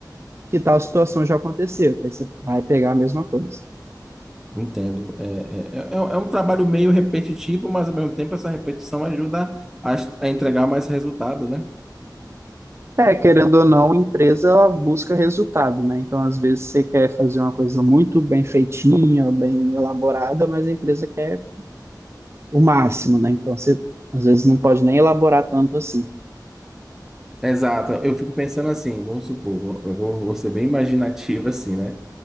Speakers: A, on the right; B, in the centre.
A: que tal situação já aconteceu, que aí você vai pegar a mesma coisa.
B: Entendo. É, é, é, é um trabalho meio repetitivo, mas ao mesmo tempo essa repetição ajuda a, a entregar mais resultado, né?
A: É, querendo ou não, a empresa ela busca resultado, né? Então, às vezes, você quer fazer uma coisa muito bem feitinha, bem elaborada, mas a empresa quer o máximo, né? Então, você às vezes não pode nem elaborar tanto assim.
B: Exato. Eu fico pensando assim, vamos supor, eu vou, vou ser bem imaginativo assim, né?